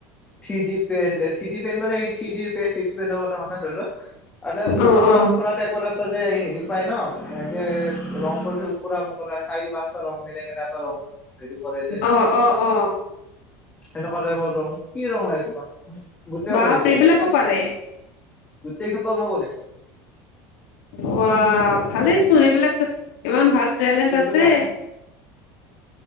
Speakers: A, on the left; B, on the left.
A: three D paint three D paint মানে এই থি ডি পেণ্ট সেইটো পেনৰ কথা কোৱা নাই ধৰি লোৱা। আৰু
B: অ
A: ওখোৰা
B: অ
A: মোখুৰা টাইপৰে যে হেৰি পাই ন এই যে ৰং কৰিও ওখুৰা মোখোৰা চাৰি পাঁচটা ৰং মিলাই কেনে এটা ৰং হেৰি কৰে যে।
B: অ অ অ
A: সেনেকোৱা টাইপৰ ৰং, কি ৰং লাগে তোমাক? গোটেই
B: বাপ
A: কৰিম
B: ৰে এইবিলাকো পাৰে
A: গোটেই সোপা মই কৰিম
B: ৱা ভালেই চোন এইবিলাক টে ইমান ভাল টেলেণ্ট
A: কিন্তু
B: আছে।
A: বাট